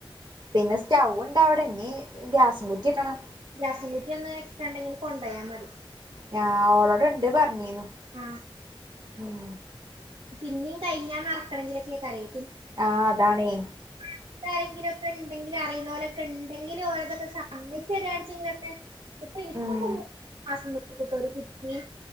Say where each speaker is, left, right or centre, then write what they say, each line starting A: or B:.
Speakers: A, on the right (about 50°); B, on the right (about 85°).
A: പിന്നെ സ്റ്റൗ ഉണ്ട അവിടെന്നീ ഗ്യാസും കുറ്റി ഇടണം
B: കസൻകുറ്റി ഒന്ന് എക്സ്റ്റ ണ്ടെങ്കി ഒന്ന് കൊണ്ടയാമതി
A: ഞാ ഓളോടെ ഇണ്ട് പറഞ്ഞീനു
B: ആ
A: ഉം
B: പിന്നെയും കഴഞ്ഞാൻറക്കണമെങ്കിലൊക്കെയ കരയ
A: ആഹ് അതാണേ.
B: <unintelligible> ആരെങ്കിലൊക്കെ ഉണ്ടെങ്കിലും അറിയുന്നോരൊക്കെണ്ടെങ്കിലോരെതൊക്കെ സമ്മയ്ചേരാണെചേലൊക്കെ ഇപ്പോ ഇപ്പൊക്കൊ
A: ഉം
B: <unintelligible> ഒരു പരക്ക്ച്ചി